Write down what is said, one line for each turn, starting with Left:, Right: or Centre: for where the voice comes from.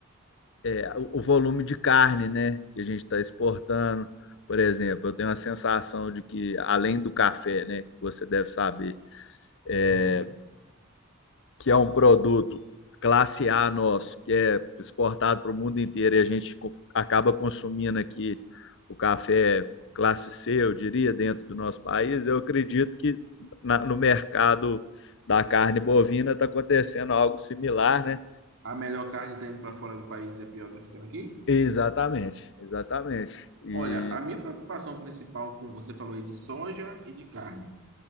Left: é, o, o volume de carne, né, que a gente está exportando. Por exemplo, eu tenho a sensação de que, além do café, né, que você deve saber, é,
Right: Uhum.
Left: que é um produto classe A nosso, que é exportado para o mundo inteiro e a gente acaba consumindo aqui o café classe C, eu diria, dentro do nosso país, eu acredito que na, no mercado da carne bovina está acontecendo algo similar, né?
Right: A melhor carne está indo para fora do país e a pior está ficando aqui.
Left: Exatamente, exatamente. E
Right: Olha, a minha preocupação principal, como você falou aí, de soja e de carne.